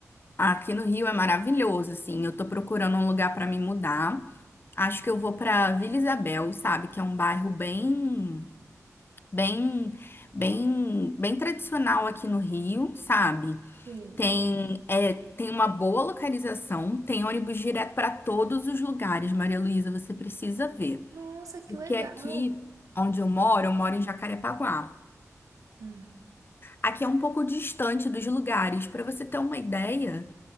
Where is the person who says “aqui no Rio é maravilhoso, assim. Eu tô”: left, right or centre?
Left